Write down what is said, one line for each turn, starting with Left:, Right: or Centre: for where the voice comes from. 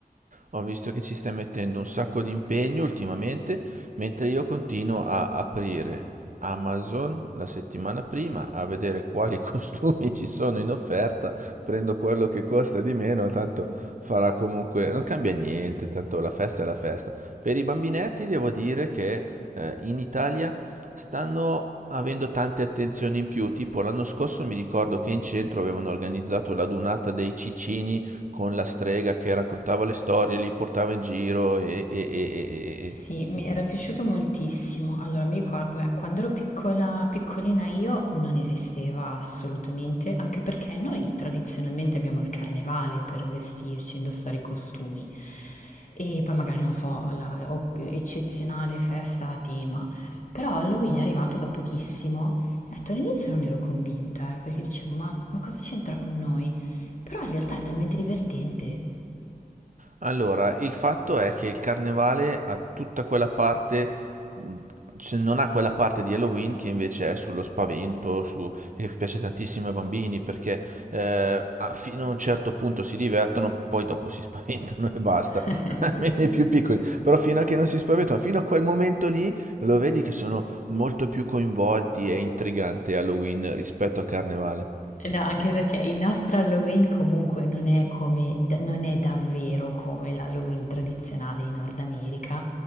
Right: Ho visto che ci stai mettendo un sacco di impegno ultimamente, mentre io continuo a aprire Amazon la settimana prima a vedere quali <laughs> costumi ci sono in offerta, prendo quello che costa di meno, tanto farà comunque, non cambia niente, tanto la festa è la festa. Per i bambinetti devo dire che eh, in Italia stanno avendo tante attenzioni in più, tipo l'anno scorso mi ricordo che in centro avevano organizzato la dunata dei cicini con la strega che raccontava le storie, li portava in giro e, e, e, e, e- e.
Left: Sì, mi era piaciuto moltissimo. Allora, mi ricordo, eh, quando ero piccola, piccolina io non esisteva assolutamente, anche perché noi tradizionalmente abbiamo il carnevale per vestirci, indossare i costumi. E poi magari, non so, la o- eccezionale festa a tema. Però Halloween è arrivato da pochissimo. E detto, all'inizio non ero convinta, eh, perché dicevo, ma, ma cosa c'entra con noi? Però in realtà è talmente divertente.
Right: Allora, il fatto è che il carnevale ha tutta quella parte, mh, cioè non ha quella parte di Halloween che invece è sullo spavento, su, che piace tantissimo ai bambini perché eh, a- fino a un certo punto si divertono, poi dopo si <laughs> spaventano e basta,
Left: <laughs>
Right: <laughs> almeno
Left: Sì, sì.
Right: i più piccoli. Però fino a che non si spaventano, fino a quel momento lì lo vedi che sono molto più coinvolti, è intrigante Halloween rispetto a Carnevale.
Left: No, anche perché il nostro Halloween comunque non è come, da- non è davvero come l'Halloween tradizionale in Nord America.